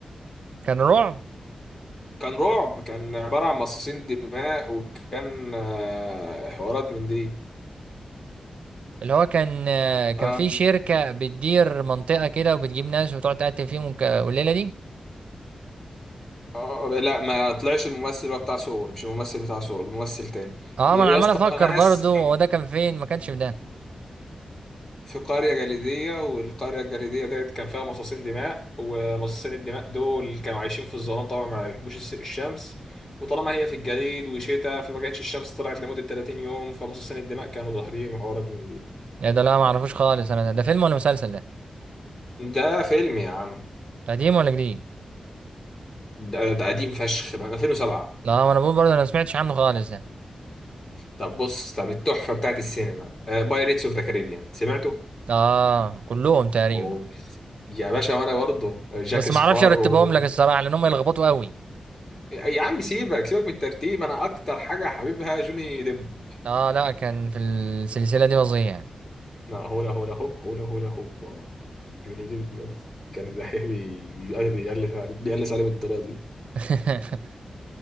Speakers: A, on the right (about 75°); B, on the left (about 30°).
A: كان رعب
B: كان رعب كان عبارة عن مصاصين دماء وكان آه، حوارات من دي
A: اللي هو كان آه كان
B: آم،
A: في شركة بتدير منطقة كده وبتجيب ناس وتقعد تقتل فيهم وك- والليلة دي
B: آه، لا ما طلعش الممثل بقى بتاع سور مش الممثل بتاع سور الممثل تاني
A: اه
B: يا
A: ما انا
B: يا
A: عمال
B: اسطى
A: افكر
B: ناس
A: برضه هو ده كان فين ما كانش في ده
B: في قرية جليدية والقرية الجليدية ديت كان فيها مصاصين دماء ومصاصين الدماء دول كانوا عايشين في الظلام طبعا ما بيحبوش الس- الشمس وطالما هي في الجليد وشتاء فما كانتش الشمس طلعت لمدة 30 يوم فمصاصين الدماء كانوا ظاهرين وحوارات من دي
A: إيه ده لا ما اعرفوش خالص انا ده, ده فيلم ولا مسلسل ده
B: ده فيلم يا عم
A: قديم ولا جديد
B: ده, ده قديم فشخ من 2007
A: لا ما انا بقول برضه انا ما سمعتش عنه خالص ده
B: طب بص طب التحفة بتاعت السينما بايريتس اوف ذا كاريبيان سمعته؟
A: اه كلهم تقريبا
B: أوه. يا باشا وانا برضه آه، جاك
A: بس
B: سبارو
A: ما اعرفش ارتبهم لك الصراحة لان هم يلخبطوا قوي
B: يا عم سيبك سيبك من الترتيب انا اكتر حاجة حبيبها جوني ديب
A: اه لا كان في السلسلة دي فظيع
B: لا هولا هولا هوب هولا هولا هوب اه جوني ديب آه. كان الدحيح <laughs> بي- بي- بيقلس عليه بيقلس عليه بالطريقه دي
A: <laughs>